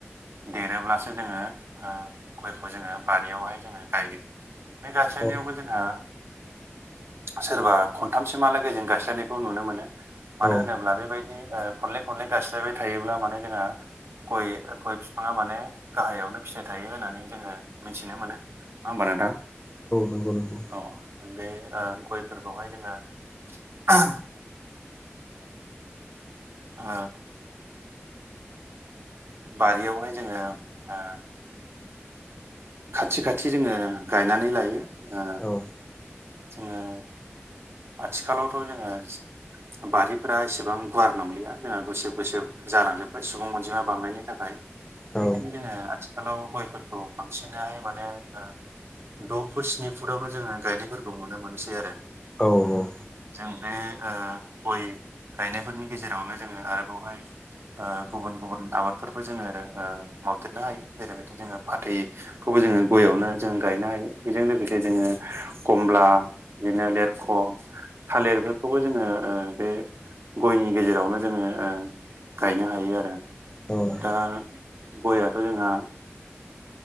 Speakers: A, on the right; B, on the left.
A: देरोब्लासो जोङो ओ गयखौ जोङो बारियावहाय जोङो गायो। बे गासैनायावबो
B: औ
A: जोंहा सोरबा खनथामसिमहालागै जों गायस्लायनायखौ नुनो मोनो मानो
B: औ
A: होनोब्ला बेबायदि खनले खनले गायस्लायबाय थायोब्ला माने जोंहा गय गय बिफाङा माने गाहायावनो फिथाइ थायो होननानै जोङो मिथिनो मोनो। नङा होमबा नोंथां
B: नंगौ नंगौ
A: औ बे गयफोरखौहाय जोङो ओ ओ बारियावहाय जोङो ओ खाथि खाथि जोङो गायनानै लायो ओ
B: औ
A: जोङो आथिखालावथ' जोङो बारिफोरा एसेबां गुवार नंलिया जोंहा गुसेब गुसेब। जालांजोबबाय सुबुं अनजिमा बांनायनि थाखाय बेनिखायनो
B: औ
A: जोङो आथि खालाव गयफोरखौ बांसिनहाय माने ओ द' फुट स्नि फुटावनो जोङो गायनायफोरखौ नुनो मोनसै आरो।
B: औ औ
A: जों बे ओ गय गायनायफोरनि गेजेरावनो जोङो आरोबावहाय ओ गुबुन गुबुन आबादफोरबो जोङो मावदेरनो हायो जेरैबायदि जोङो फाथै खौबो जोङो गयावनो जों गायनो हायो बेजों लोगोसे जोङो कमला बिदिनो लेर ख थालिरफोरखौबो जोङो ओ बे गयनि गेजेरावनो जोङो गायनो हायो आरो।
B: औ
A: दा गआथ' जोंहा